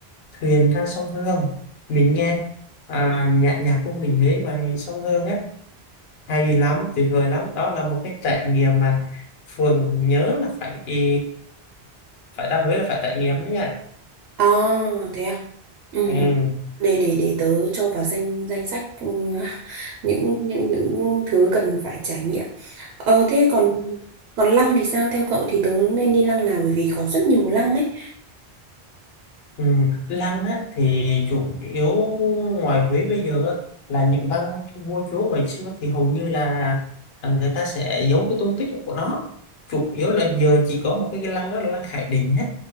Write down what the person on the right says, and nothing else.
À, thế à? Ừ,
để để để tớ cho vào danh danh sách ừ, <laughs> những những những thứ cần phải trải nghiệm. Ờ thế còn còn lăng thì sao? Theo cậu thì tớ nên đi lăng nào bởi vì có rất nhiều lăng ấy.